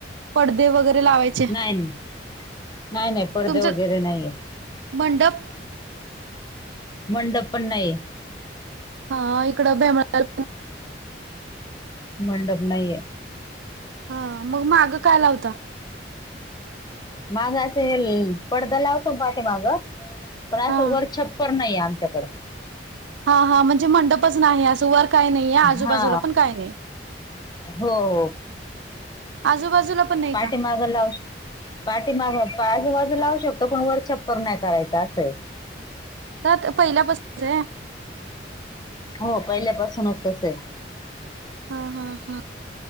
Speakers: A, on the right; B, on the left.
A: पडते वगैरे लावायचं
B: नाही नाही नाही नाही, पडदे
A: तुमचं
B: वगैरे नाहीये.
A: मंडप?
B: मंडप पण नाहीेये.
A: हा इकडं <unintelligible>
B: मंडप नाहीये.
A: हा, मग माग काय लावता?
B: माग असं हे नी, पडदा लावतो पाठीमाग. पण
A: हां.
B: असं वर छप्पर नाहीये आमच्याकडे.
A: हा हा म्हणजे मंडपच नाही, असं वर काय नाहीये, आजूबाजूला
B: हा
A: पण काय नाहीये.
B: हो हो
A: आजूबाजूला पण नाही
B: पाठीमागं
A: का?
B: लावू पाठीमाग, आजूबाजूला लावू शकतो. पण वर छप्पर नाही करायचं असंय.
A: का पहिल्यापासूनचे?
B: हो, पहिल्यापासूनच तसंय.
A: हा हा हा.